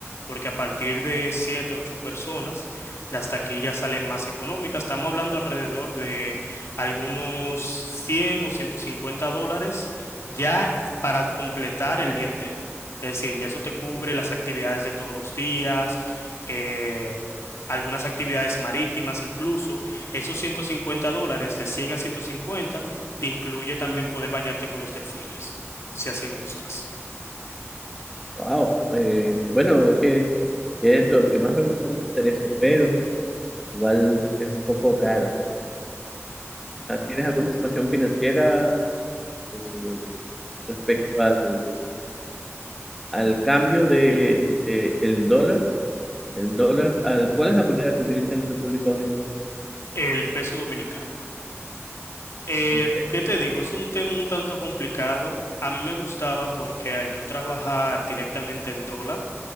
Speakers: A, on the left; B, in the centre.
A: porque a partir de siete, ocho personas, las taquillas salen más económicas. Estamos hablando alrededor de algunos 100 o 150 dólares ya para completar el día entero. Es decir, ya eso te cubre las actividades de todos los días, eh, algunas actividades marítimas, incluso esos 150 dólares de 100 a 150 te incluye también poder bañarte con los delfines si así gustas.
B: Wow, eh, bueno, es que es lo que más me gustaría hacer eso, pero igual es un poco caro. Ah, ¿Tienes alguna situación financiera? eh, respecto al, al cambio de, de el dólar. El dólar, al, ¿cuál es la moneda que utilizan en República Dominicana?
A: El peso dominicano. Eh,
B: El peso.
A: ¿qué te digo? Es un tema un tanto complicado. A mí me gustaba porque al yo trabajar directamente en dólar,